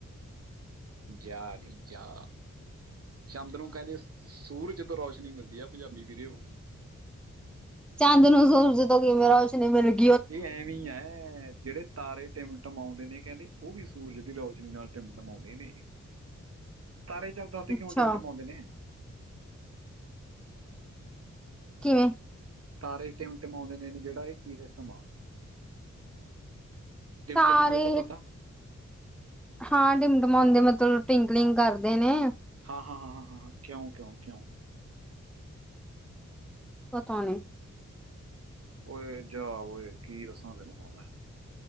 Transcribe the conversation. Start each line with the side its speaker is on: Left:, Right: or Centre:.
Right: ਜਾ ਨੀ ਜਾ ਚੰਦ ਨੂੰ ਕੈੰਦੇ ਸੂਰਜ ਤੋਂ ਰੋਸ਼ਨੀ ਮਿਲਦੀ ਆ ਪੰਜਾਬੀ ਵੀਰੇਓ।
Centre: ਚਾੰਦ ਨੂੰ ਸੂਰਜ ਤੋਂ ਕਿਵੇਂ ਰੌਸ਼ਨੀ ਮਿਲ ਗ
Right: ਇਹ ਐਵੇਂ ਈ ਐ, ਜੇੜੇ ਤਾਰੇ ਟਿਮਟਮਾਉਂਦੇ ਨੇ ਕੈੰਦੇ ਉਹ ਵੀ ਸੂਰਜ ਦੀ ਰੌਸ਼ਨੀ ਨਾਲ ਟਿਮਟਮਾਉਂਦੇ ਨੇ। ਤਾਰੇ ਹੀ ਚੱਲਦਾ ਤੇ
Centre: ਅੱਛਾ।
Right: ਕਿਉਂ ਟਿਮਟਿਮਾਉਂਦੇ ਨੇ?
Centre: ਕਿਵੇਂ?
Right: ਤਾਰੇ ਟਿਮਟਿਮਾਉਂਦੇ ਨੇ ਜੇੜਾ ਏ ਕੀ ਸਿਸਟਮ ਆ? ਟਿਮਟਿਮਾਉਂਦੇ
Centre: ਤਾਰੇ
Right: ਤਾਂ ਪਤਾ।
Centre: ਹਾਂ, ਟਿਮਟਿਮੋੰਦੇ ਮਤਲਬ ਟਵਿੰਕਲਿੰਗ
Right: ਹਾਂ
Centre: ਕਰਦੇ ਨੇ।
Right: ਹਾਂ ਹਾਂ ਹਾਂ ਹਾਂ, ਕਿਉਂ ਕਿਉਂ ਕਿਉਂ?
Centre: ਪਤਾ ਨੀ।
Right: ਔਏ ਜਾ ਔਏ, ਕੀ ਦੱਸਾਂ ਤੈਨੂੰ ਹੁਣ ਮੈਂ।